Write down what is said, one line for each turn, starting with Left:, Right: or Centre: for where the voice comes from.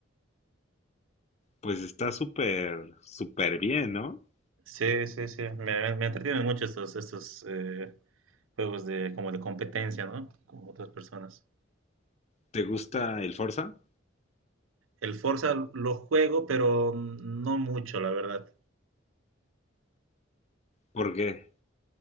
Left: Pues está súper, súper bien, ¿no?
Right: Sí, sí, sí. Me, me entretienen mucho estos, estos eh, juegos de, como de competencia, ¿no? Con otras personas.
Left: ¿Te gusta el Forza?
Right: El Forza lo juego, pero no mucho, la verdad.
Left: ¿Por qué?